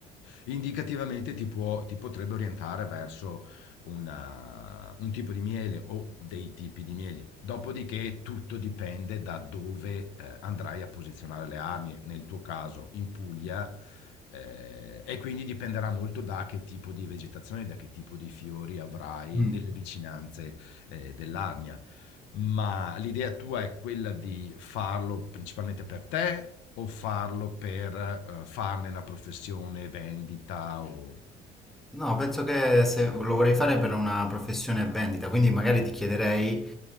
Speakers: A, on the left; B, in the centre.
A: indicativamente ti, può, ti potrebbe orientare verso una- un tipo di miele o dei tipi di mieli. Dopodiché tutto dipende da dove eh, andrai a posizionare le arnie, nel tuo caso in Puglia, eh, e quindi dipenderà molto da che tipo di vegetazione, da che tipo di fiori avrai
B: Mm.
A: nelle vicinanze eh, dell'arnia. Ma l'idea tua è quella di farlo principalmente per te o farlo per eh, farne una professione, vendita o...
B: No, penso che se lo vorrei fare per una professione vendita, quindi magari ti chiederei